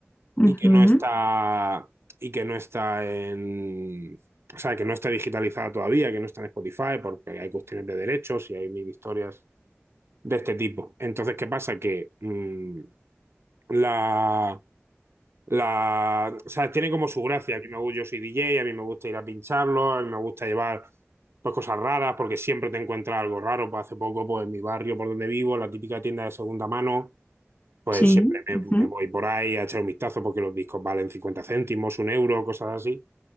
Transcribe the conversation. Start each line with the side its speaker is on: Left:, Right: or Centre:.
Left: ujú,
Right: y que no está, y que no está en, o sea, que no está digitalizada todavía, que no está en Spotify porque hay cuestiones de derechos y hay mil historias de este tipo. Entonces, ¿qué pasa? Que mm, la la, o sea, tiene como su gracia. A mí me gusta, yo soy DJ, a mí me gusta ir a pincharlo, a mí me gusta llevar pues, cosas raras porque siempre te encuentras algo raro. Pues, hace poco, pues en mi barrio por donde vivo, la típica tienda de segunda mano, pues
Left: sí,
Right: siempre me,
Left: ujú.
Right: me voy por ahí a echar un vistazo porque los discos valen 50 céntimos, un euro, cosas así.